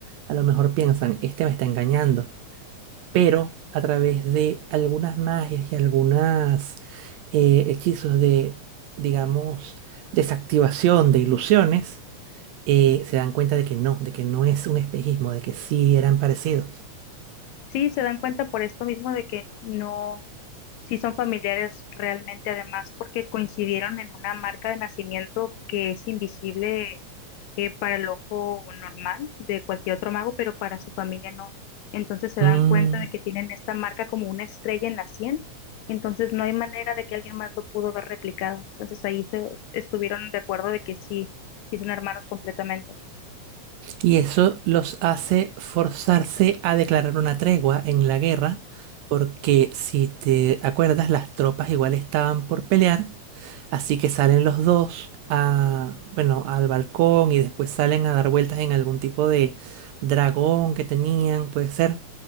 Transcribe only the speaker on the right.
a lo mejor piensan, este me está engañando, pero a través de algunas magias y algunas eh, hechizos de, digamos, desactivación de ilusiones, eh, se dan cuenta de que no, de que no es un espejismo, de que sí eran parecidos.
Mm,
Y eso los hace forzarse a declarar una tregua en la guerra, porque si te acuerdas, las tropas igual estaban por pelear, así que salen los dos a, bueno, al balcón y después salen a dar vueltas en algún tipo de dragón que tenían, puede ser,